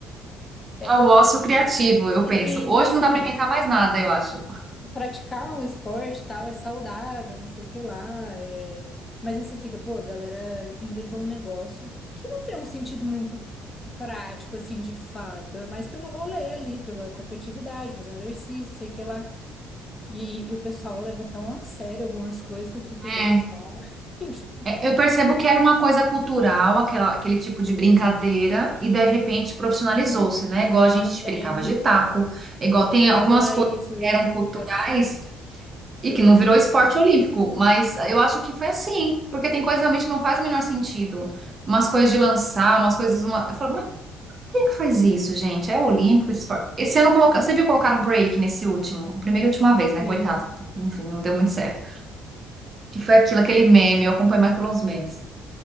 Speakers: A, on the left (about 25°); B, on the right (about 30°).
A: É,
B: É o
A: é-
B: ócio
A: é muito-
B: criativo, eu
A: E,
B: penso.
A: e-
B: Hoje
A: e, assim,
B: não dá para inventar mais nada, eu acho.
A: praticar um esporte e tal é saudável, não sei o que lá, é... mas aí você fica, pô, a galera inventou um negócio que não tem um sentido muito prático, assim, de fato, é mais pelo rolê ali, pela competitividade, fazer um exercício, sei o que lá. E, e o pessoal leva tão a sério algumas coisas que eu fico, gente,
B: É,
A: não. <laughs>
B: é, eu percebo que era uma coisa cultural, aquela, aquele tipo de brincadeira, e de repente profissionalizou-se, né? Igual a gente
A: Também.
B: brincava de taco, igual tem
A: Eu
B: algumas
A: ia falar
B: coisas
A: isso, eu
B: que
A: ia
B: eram
A: perguntar
B: culturais
A: se. Eu
B: e que
A: ia
B: não
A: perguntar.
B: virou esporte olímpico, mas eu acho que foi assim, porque tem coisas que realmente não faz o menor sentido. Umas coisas de lançar, umas coisas. Uma... Eu falo, Quem que faz isso, gente? É olímpico, esse esporte. Esse ano coloca... você viu colocar o break nesse último, primeira e última vez, né?
A: Sim.
B: Coitado, enfim, não deu muito certo. Que foi aquilo, aquele meme, eu acompanho mais pelos memes,